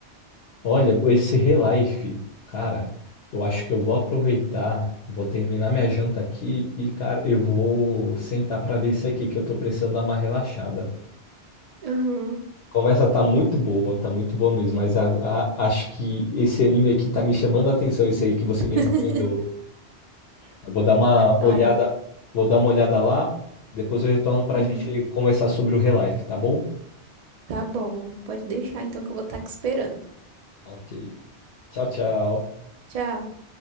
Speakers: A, on the left; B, on the right.
A: Olha, esse Relife, cara, eu acho que eu vou aproveitar, vou terminar minha janta aqui e, cara, eu vou sentar pra ver isso aqui que eu tô precisando dar uma relaxada.
B: Uhum.
A: A Conversa tá muito boa, tá muito boa mesmo, mas a- a- acho que esse anime aqui tá me chamando a atenção, esse aí que você
B: <laughs>
A: me recomendou. Eu vou dar uma
B: Ah,
A: olhada,
B: eu.
A: vou dar uma olhada lá, depois eu retorno para
B: Uhum.
A: a gente conversar sobre o Relife, tá bom?
B: Tá bom, pode deixar então que eu vou estar aqui esperando.
A: Ok. Tchau, tchau.
B: Tchau.